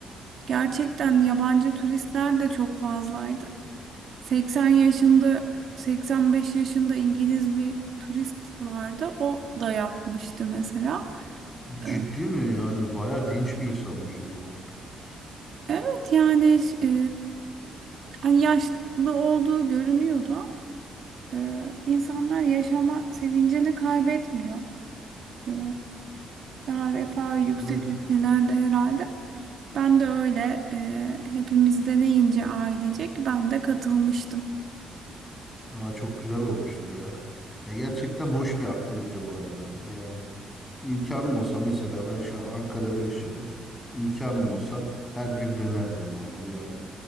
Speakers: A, on the right; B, on the left.
A: gerçekten yabancı turistler de çok fazlaydı. 80 yaşında 85 yaşında İngiliz bir turist vardı. O da yapmıştı mesela.
B: Ciddi
A: E,
B: mi yani? Bayağı dinç bir insanmış o zaman.
A: Evet yani e, hani yaşlı olduğu görünüyordu. Ee, insanlar yaşama sevincini kaybetmiyor. Ee, daha refah yüksek
B: Evet.
A: ülkelerde herhalde. Ben de öyle e, hepimiz deneyince ailecek ben de katılmıştım.
B: Aa, çok güzel olmuştur ya. Ya gerçekten hoş bir aktivite bu arada. Yani imkanım olsa mesela ben şu an Ankara'da yaşıyorum. İmkanım olsa her gün denerdim abi yani.